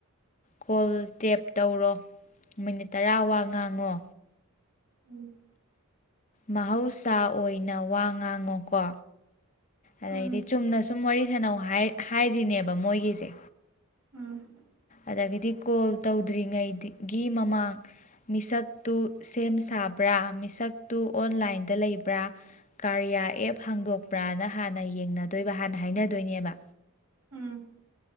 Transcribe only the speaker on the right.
ꯎꯝ꯫
ꯎꯝ
ꯎꯝ꯫
ꯎꯝ꯫